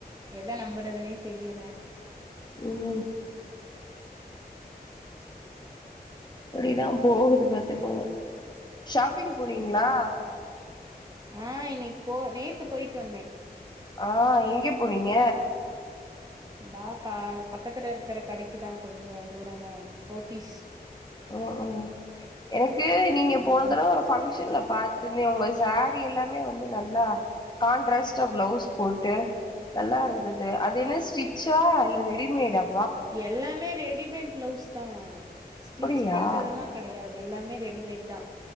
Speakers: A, on the right; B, on the left.
A: த நம்புறதுன்னே தெரியல
B: ம் அப்படிதா போகுது பாத்துக்கோங்க ஷாப்பிங் போனீங்களா
A: ஏய் ஆஹ் இன்னைக்கு போ நேத்து பொயிட் தொன்னே
B: ஆஹ் எங்க போனீங்க
A: ந்தா ப பக்கத்துல இருக்கிற கடைக்குதா கொஞ்சொ தூரந்தா போத்தீஸ்
B: ஓஹோ எனக்கு நீங்க
A: ம்
B: போன தடவ ஃபங்க்ஷன்ல பாத்துனே ஒங்க சாரீ எல்லாமே வந்து நல்லா கான்ட்ராஸ்ட்டா பிளவுஸ் போட்டு நல்லா இருந்துது அது என்ன ஸ்டிச்சா இல்ல ரெடிமேடா
A: எல்லாமே ரெடிமேட் பிளவுஸ் தா ஸ்டிச்
B: அப்படியா
A: பண்றதெல்லா கெடயாது அது எல்லாமே ரெடிமேட்தா